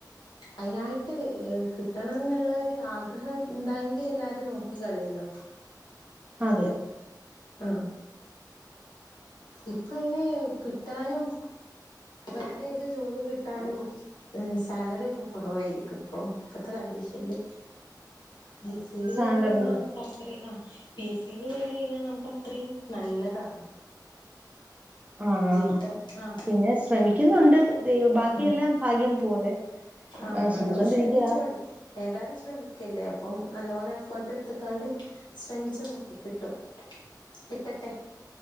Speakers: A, on the left (about 80°); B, on the right (about 20°).
A: അതിനായിട്ട് ഏഹ് കിട്ടണംന്നുള്ള ഒരു ആ ഗൃഹ ഇണ്ടാങ്കിൽ എല്ലാരും നോക്കി കളയല്ലോ
B: അതെ
A: ആഹ് ഇപ്പള് കിട്ടാനും വേറെ ഏത് ജോലി കി ട്ടാനും ഏഹ് സാലറി ഒക്കെ കൊറവായിരിക്കും ഇപ്പൊ ഇപ്പത്തെ കണ്ടീഷനില് ബസ്സിന്
B: സാലറി
A: കേറി കഴിഞ്ഞ നമുക്ക് അത്രയും ആ പി എസ് സിയിൽ കേറി കഴിഞ്ഞാ നമു ക്കത്രയും നല്ലതാണ്
B: ആണാണ്
A: ജീവിതം ആ
B: പിന്നെ ശ്രമിക്കുന്നുണ്ട് ദൈ ബാക്കിയെല്ലാം
A: ഉം
B: ഭാഗ്യം പോ പോലെ
A: ആ നല്ലോണം
B: ശ്രമിച്ചോണ്ടിരിക്കുക
A: ശ്രമിച്ചോളി ഏതായാലും ശ്രമി ക്കല്ലേ അപ്പം നല്ലോണ്ണം എഫേർട്ട് എട്ത്തക്കാണ്ട് ശ്രമിച്ചു നോക്കി കിട്ടും കിട്ടട്ടെ